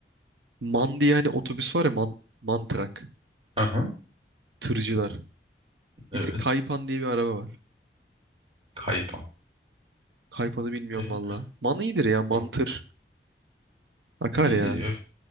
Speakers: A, on the right (about 85°); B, on the right (about 30°).
A: Man diye hani otobüs var ya man, man truck.
B: Aha,
A: Tırcılar.
B: evet.
A: Bir de Kaypan diye bir araba var.
B: Kaypan.
A: Kaypan'ı bilmiyorum
B: E,
A: valla. Man iyidir ya. Mantır.
B: o-
A: Akar
B: iyidir
A: ya.
B: ya.